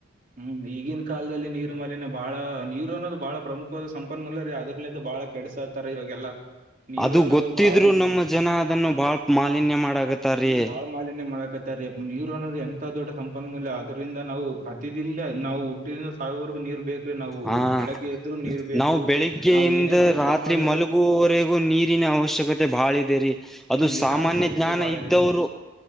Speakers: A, on the right; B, in the centre.
A: ಹ್ಮ್ ಈಗಿನ ಕಾಲದಲ್ಲಿ ನೀರುಮಲೆಿನ ಬಾಳ ನೀರು ಅನ್ನೋದು ಬಾಳ ಪ್ರಮುಖ ಸಂಪನ್ಮೂಲ ರೀ ಅದ್ರಲು ಬಾಳ ಕೆಡಸತ ಇವಾಗಲ್ಲಾ ನೀರು
B: ಅದು
A: ಅನ್ನೋದು
B: ಗೊತ್ತಿದ್ರು
A: ಬಾಳ
B: ನಮ್ಮ ಜನ ಅದನ್ನು ಬಾಳ್ ಮಾಲಿನ್ಯ ಮಾಡಕತ್ತಾರೀ
A: ಹ್ಮ್ ಬಹಳ ಮಾಲಿನ್ಯ ಮಾಡಕತ್ತ ಯೂರೋದ ದೊಡ್ಡ ಸಂಪನ್ಮೂಲಯ ಅದರಿಿಂದ ನಾವು ಪ್ರತಿದಿನಿಂದ ನಾವು ಹುಟ್ಟಿದಿಂದ ಸಾವಿವರೆಗೂ ನೀರು ಬೇಕ್ರಿ ನಾವು
B: ಹ
A: ಬೆಳಗ್ಗೆ ಎದ್ರು ನೀರ್ ಬೇಕು
B: ನಾವು ಬೆಳಿಗ್ಗೆಯಿಂದ
A: ನಾವವು ಏನೇ ಕೆಲ್ಸ
B: ರಾತ್ರಿ
A: ಮಾಡ್ಲು
B: ಮಲಗುವವರೆಗೂ ನೀರಿನ ಅವಶ್ಯಕತೆ ಬಾಳ ಇದೆ ರರಿ ಅದು
A: ನೀರಿನ
B: ಸಾಮಾನ್ಯ
A: ಅವಶ್ಯಕತೆ
B: ಜ್ಞಾನ
A: ಬಾಳ
B: ಇದ್ದವರು
A: ಇದೆ.